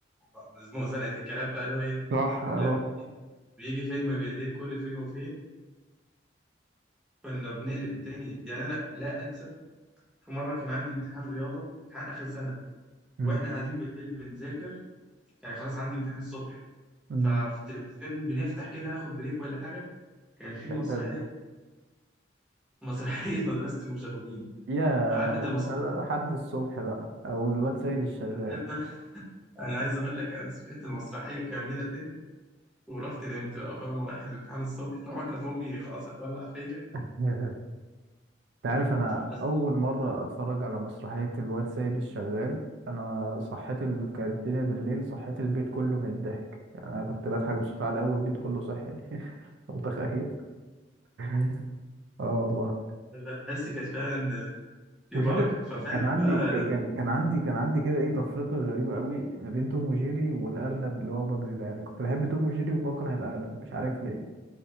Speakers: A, in the centre; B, on the right.
A: آه، مزنوق زنقة الكلاب بقى اللي هو ايه
B: راح راح
A: لما بيجي بيجي فيلم بالليل كل فين وفين كنا بنقلب الدنيا يعني انا لا انسى في مره كان عندي امتحان رياضه امتحان اخر سنه
B: مم.
A: واحنا قاعدين بالليل بنذاكر يعني خلاص عندي امتحان الصبح
B: مم.
A: ففي التلفزيون بنفتح كده ناخد بريك ولا حاجه كان في مسرحيه
B: كان-
A: مسرحيه <laughs> مدرسه المشاغبين
B: يا
A: فعارف انت
B: ده
A: المسرحيه
B: انت حد الصبح بقى او الواد سيد الشغال
A: عندنا انا عايز اقول لك انا سمعت المسرحيه كامله ورحت نمت بقى فاهم ورايح الامتحان الصبح طبعا كانت امي خلاص هتولع فيا
B: <laughs> انت عارف انا
A: بس
B: اول مره اتفرج على مسرحيه الواد سيد الشغال انا صحيت ال... كانت الدنيا بالليل صحيت البيت كله من الضحك يعني انا كنت بضحك بصوت عالي اول البيت كله صحي <laughs> انت متخيل <laughs> اه والله
A: لا لا، تحس كانت فعلا في
B: مش
A: بركه
B: عارف
A: ففعلا
B: كان عندي
A: بقى
B: ك-
A: لما
B: كان كان عندي كان عندي كده ايه تفرقة غريبة قوي ما بين توم وجيري والأرنب اللي هو باجز ده يعني كنت بحب توم وجيري وبكره الأرنب مش عارف ليه